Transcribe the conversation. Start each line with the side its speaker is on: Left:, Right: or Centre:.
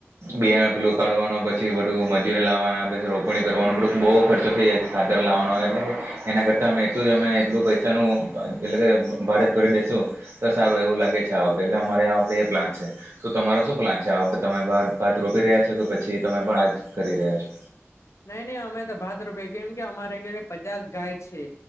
Right: બિયારણ પીલું કાઢવાનો પછી મજૂરે લવાના પછી રોપણી કરવાનું બહુ ખર્ચો થઈ જાય છે ખાતર લાવવાનો એટલે એના કરતા મે એટલું જ અમે એટલું પૈસાનું એટલે કે ભારત ભરી બેસુ તો સારું એવું લાગે છે આ એટલે અમારે આ વખતે એ પ્લાન છે શું તમારા શું પ્લાન છે આ વખતે તમે પાજ રૂપી રહ્યા છો કે પછી તમે પણ આજ કરી રહ્યા છો
Left: નહી નહી અમે તો ભાત રૂપિયા કેમ કે અમારે ઘ પચાસ ગાય છે